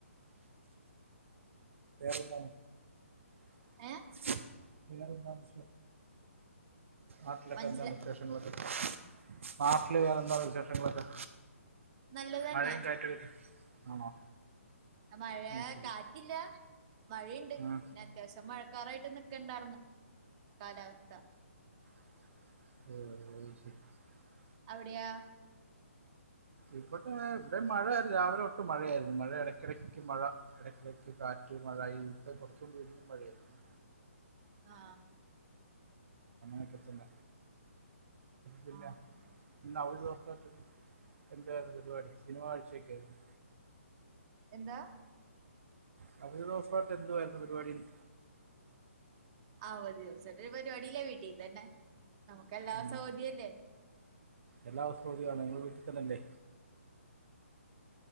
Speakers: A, on the right; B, on the right.
A: ഉ <unintelligible>
B: ഏഹ്
A: വേറെന്താണ് ആട്ടക്കുറ്റേഷൻ
B: മഞ്ചില
A: വ <unintelligible> നാട്ടില് വേറെന്താ വിശേഷങ്ങളൊക്കെ
B: നല്ലത് തന്നെ
A: മഴേം കാറ്റൊകെ ആണോ
B: മഴ
A: അത് ശരി
B: കാറ്റില്ല മഴയ്ണ്ട്
A: ആ
B: പിന്നെ അത്യാവശ്യം മഴ ക്കറായിട്ട് നിക്ക്ണ്ടാർന്നു കാലാവസ്ഥ
A: ഉം
B: അവിടെയാ
A: ഇവിടെ ഇവിടെ മഴ രാവിലെ. തൊട്ട് മഴയായിരുന്നു മഴ ഇടക്കിടക്ക് മഴ ഇടക്കിടക്ക് കാറ്റ് മഴ ഇപ്പ കൊറച്ചു മുമ്പ് മഴയായിരുന്നു
B: അ ആ
A: ഒക്കത്തില്ല പിന്നെ
B: ആഹ്
A: ഇന്ന ഒരു ദിവസായിട്ട് എന്റെ പരിപാടി സിനിമ കാഴ്ചൊക്കൊയിരുന്നു
B: എന്താ
A: കഴിഞ്ഞ ദിവസവായിട്ട് എന്തുവായിരുന്നു പരിപാടിന്ന്
B: അവധി ദിവസായിട്ടൊരു പരിപാടില്ല വീട്ടീ തന്നെ നമുക്ക് എല്ലാം
A: ഉം
B: സൗദിയല്ലേ
A: എല്ലാ ദിവസവും അവതികാണ് നിങ്ങള് വീട്ടിൽ തന്നെല്ലേ